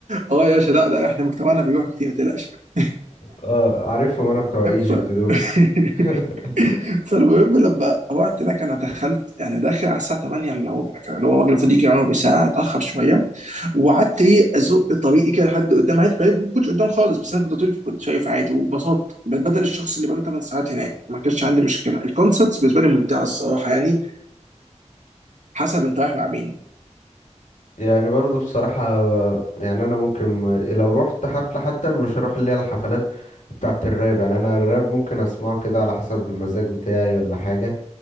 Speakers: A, on the right; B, on the left.
A: اه يا باشا لا لا احنا مجتمعنا بيروح كتير ما تقلقش <laughs>
B: اه عارفهم انا بتوع ايجيبت
A: ف...
B: دول
A: <laughs>
B: <laughs>
A: فالمهم لما وقت هناك انا دخلت يعني داخل على الساعه 8 الا ربع كده اللي هو الراجل المفروض يجي يعني ربع ساعه اتاخر شويه وقعدت ايه ازق طريقي كده لحد قدام عادي فاهم؟ ما كنتش قدام خالص بس انا كنت طول كنت شايف عادي وببساطه بدل الشخص اللي بقاله 8 ساعات هناك ما كانش عندي مشكله الكونسرتس بالنسبه لي ممتعه الصراحه يعني حسب انت رايح مع مين
B: يعني برضه بصراحة يعني أنا ممكن لو رحت حفلة حتى مش هروح اللي هي الحفلات بتاعة الراب يعني أنا الراب ممكن أسمعه كده على حسب المزاج بتاعي ولا حاجة